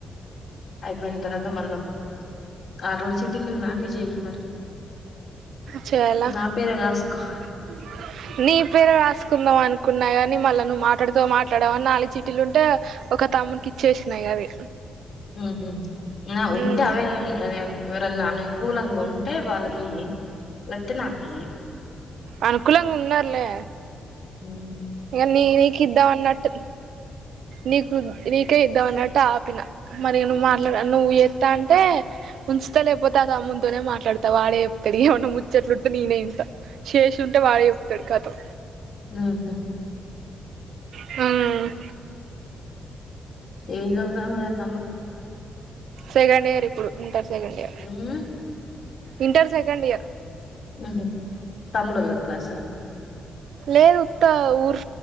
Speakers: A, on the left (about 60°); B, on the right (about 75°).
A: అయిపోయిన తర్వాత మళ్ళీ ఒక ఆ రోండు సీటీలున్నాకే జేయ్ మరి
B: చెయలా
A: నా పేరే రాసుకో
B: <inaudible> నీ పేరు రాస్కుందామనుకున్నా గాని మళ్ళా నువ్వు మాట్లాడ్త మాట్లాడవని నాలుగు చిట్టిలుంటే ఒక తమ్ముడ్కిచ్చేసినా ఇగ అవి
A: ఉహు నా ఉంటే
B: ఉమ్
A: అవే అదే ఎవరన్నా అనుకూలంగా ఉంటే వాళ్ళకీ లేక్పోతే నాకీ
B: అనుకులేంగున్నార్లే
A: ఉ
B: ఇవ్వని నీకు ఇద్దమానట్టు నీకు నీకే ఇద్దాం అన్నట్టు ఆపిన మరి నువ్వు మాట్లాడ నువ్వు ఎత అంటే ఉంచుతా లేకపోతే ఆ తమ్ముని తోనే మాట్లాడతా వాడే చెప్తడు ఏమన్నా ముచ్చట్లుంటే నేనే ఇంటా చేసి ఉంటే వాడే చెప్తాడు కతం
A: ఆహ
B: హ్మ్
A: ఎం చదువుతాండు మరి ఆహ్ తమ్ముడు
B: సెకండ్ ఇయర్ ఇప్పుడు బీటెక్ సెకండ్ ఇయర్
A: హ్మ్
B: ఇంటర్ సెకండ్ ఇయర్
A: అదే తమ్ముడూలా క్లాసా
B: లేదు ఉత్త ఉరి